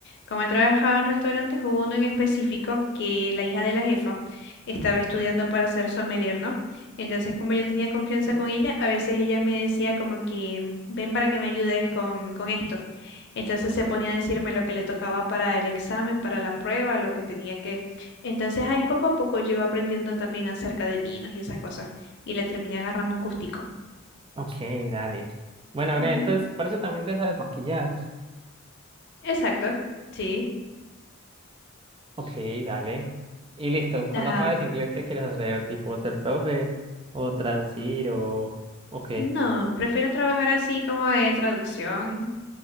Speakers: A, on the left; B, on the right.
A: Como he trabajado en restaurantes, hubo uno en específico que la hija de la jefa estaba estudiando para ser sommelier, ¿no? Entonces, como yo tenía confianza con ella, a veces ella me decía como que, "Mm, ven para que me ayudes con, con esto. Entonces se ponía a decirme lo que le tocaba para el examen, para la prueba, lo que tenía que... Entonces ahí poco a poco yo iba aprendiendo también acerca de vinos y esas cosas, y le terminé agarrando un gustico.
B: Ok, dale. Bueno, Bre,
A: Ujú.
B: entonces, por eso también te sabes maquillar.
A: Exacto, sí.
B: Ok, dale. Y listo, cuando
A: Ajá.
B: aprendes inglés, ¿qué quieres hacer? ¿Tipo ser profe? ¿O traducir? ¿O, o qué?
A: No, prefiero trabajar así como de traducción